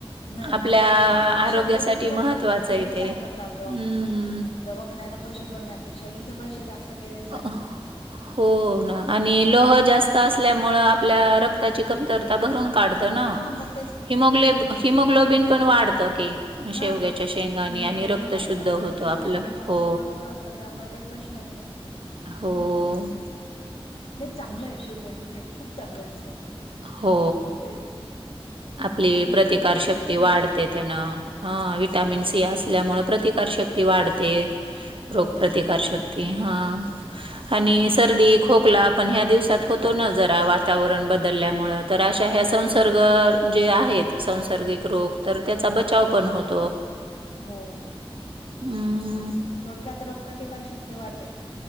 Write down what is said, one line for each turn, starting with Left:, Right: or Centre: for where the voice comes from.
Left: नाही
Right: आपल्या
Left: ना, हा अशे
Right: आरोग्यासाठी
Left: क्वचित लोक
Right: महत्वाचं
Left: आहे का जे विचार
Right: ते. हं.
Left: करतात बवा कसं
Right: हं.
Left: दवाखान्याला पैसे भरण्यापेक्षा इथे पैसे जास्त गेलेले चालतील
Right: अ
Left: ना
Right: हो ना
Left: असं
Right: आणि लोह जास्त. असल्यामुळे, आपल्या रक्ताची कमतरता भरून काढत ना.
Left: हा मग तेच तर
Right: हीमोग्लोबीन हिमोग्लोबिन पण वाढतं की, शेवग्याच्या
Left: हा
Right: शेंगांनी
Left: हिमोग्लोबिन
Right: आणि रक्त
Left: वाढतं
Right: शुद्ध
Left: आणि
Right: होतं
Left: कॅल्शियम
Right: आपलं.
Left: तर आपलं
Right: हो,
Left: भरपूर असतं त्यामुळे काय प्रश्नच नाही
Right: हो.
Left: नाही का? नाही चांगलं आहे शेवग्याची शेग खूप चागल असतात. खरं
Right: हो
Left: म्हणजे
Right: आपली
Left: प्रत्येक
Right: प्रतिकार
Left: गोष्टीच
Right: शक्ती
Left: हे
Right: वाढते
Left: असतं.
Right: त्यानं, हा विटामिन सी असल्यामुळे प्रतिकारशक्ती वाढते
Left: बरोबर
Right: रोग प्र्रतिकारशक्ती.
Left: आहे
Right: ते हा आणि
Left: नाही
Right: सर्दी,
Left: का?
Right: खोक खला, आपण ह्या दिवसात होतो ना जरा वातावरण बदलल्यामुळे, तर अशा ह्या
Left: तेच
Right: संसर्ग
Left: तर
Right: जे आहेत संसर्गिक रोग, तर त्याचा बचाव पण होतो.
Left: बर.
Right: हम्म हम्म.
Left: थोडक्यात रोग प्रतिकारशक्ती वाढते.